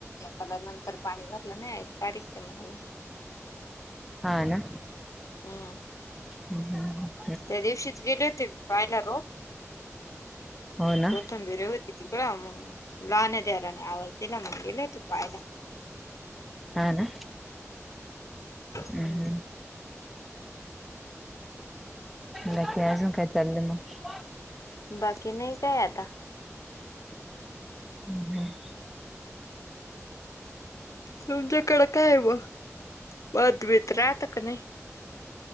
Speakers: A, on the left; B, in the centre.
A: एकाला नंतर पाणी भरलं नाही <unintelligible> होईल.
B: हा, ना
A: हम्म
B: ह ह.
A: त्या दिवशीच गेले होते पहायला रोप,
B: हो ना
A: कोथंबीर ही होती. तिकड मग लहानी दिरानी आवाज दिला मग, गेली होती पहायला.
B: हा ना,
A: हम्म
B: हम हम. बाकी अजून काय चाललंय मग?
A: बाकी नाही काय आता.
B: हम्म हम्म,
A: तुमच्याकडं काय मग? भातभीेत राहत का नाही?